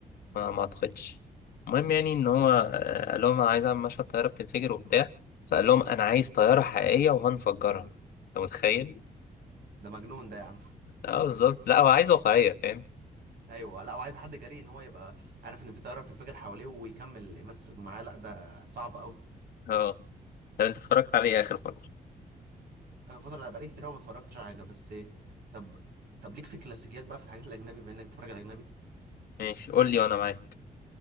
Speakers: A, on the left (about 75°); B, on the right (about 75°).
A: ما,
B: امم
A: ما اعتقدش المهم يعني ان هو آه قال لهم انا عايز اعمل مشهد طياره بتنفجر وبتاع فقال لهم انا عايز طياره حقيقيه وهنفجرها انت متخيل
B: ده مجنون ده يا عم
A: اه بالظبط لا هو عايز واقعيه فاهم
B: ايوه لا وعايز حد جريء ان هو يبقى عارف ان في طياره بتنفجر حواليه ويكمل يمثل معاه لا ده صعب قوي
A: اه طب انت اتفرجت عليه اخر فتره
B: انا الفتره اللي بقالي كتير قوي ما اتفرجتش على حاجه بس طب طب ليك في كلاسيكيات بقى في الحاجات الاجنبي بما انك بتتفرج على اجنبي
A: ماشي قول لي وانا معاك